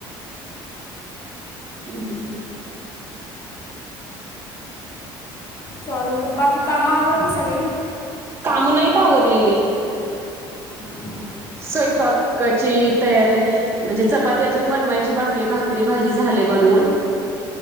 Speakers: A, on the right; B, on the left.
A: हमम
B: चल बाकी कामा आवरली सगळी
A: काम नाहीत आवरलेली
B: हम हा
A: स्वयपाकची तयारी म्हणजे चपाती अजून बनवायची बाकीेय भाकरी भाजी झाले बनवून